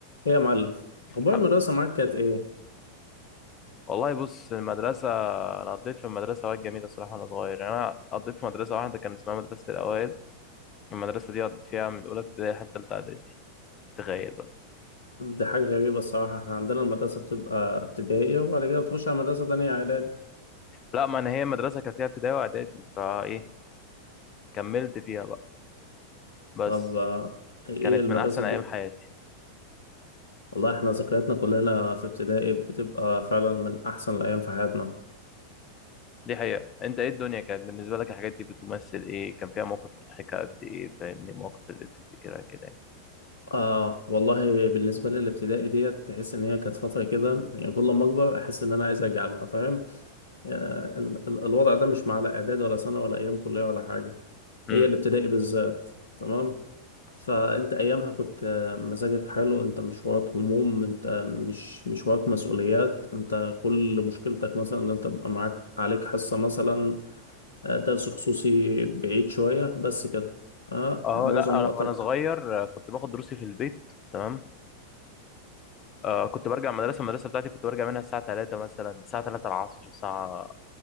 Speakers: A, on the left (about 70°); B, on the left (about 30°).
A: ايه يا معلم اخبار
B: الحمد
A: المدرسه معاك كانت ايه
B: والله بص المدرسة أنا قضيت في المدرسة أوقات جميلة الصراحة وأنا صغير يعني أنا قضيت في مدرسة واحدة كان اسمها مدرسة الأوائل المدرسة دي قضيت فيها من أولى ابتدائي حتى تالتة إعدادي تخيل بقى
A: دي حاجه غريبه الصراحه احنا عندنا المدرسه بتبقى ابتدائي وبعد كده بتخش على مدرسه تانية اعدادي
B: لا ما أنا هي مدرسة كان فيها ابتدائي وإعدادي فإيه كملت فيها بقى بس
A: طب آه، ايه
B: كانت
A: المدرسه
B: من أحسن
A: دي
B: أيام حياتي
A: والله احنا ذكرياتنا كلنا في ابتدائي بتبقى فعلا من احسن الايام في حياتنا
B: دي حقيقة أنت إيه الدنيا كانت بالنسبة لك الحاجات دي بتمثل إيه كان فيها مواقف مضحكة قد إيه فاهمني المواقف اللي بتفتكرها كده يعني.
A: آه والله بالنسبه للابتدائي ديت تحس ان هي كانت فتره كده يعني كل ما اكبر احس ان انا عايز ارجع لها فاهم آه ال ال الوضع ده مش مع لا اعدادي ولا سنه ولا ايام كليه ولا حاجه
B: امم
A: هي الابتدائي بالذات تمام فانت ايامها كنت مزاجك حلو انت مش وراك هموم انت مش مش وراك مسؤوليات انت كل مشكلتك مثلا ان انت بقى معاك عليك حصة مثلا آه، درس خصوصي بعيد شوية بس كده اه
B: أه
A: معظم
B: لا أنا
A: وقتك
B: وأنا صغير آه، كنت باخد دروسي في البيت تمام آه كنت برجع مدرسة المدرسة بتاعتي كنت برجع منها الساعة 3 مثلا الساعة 3 العصر الساعة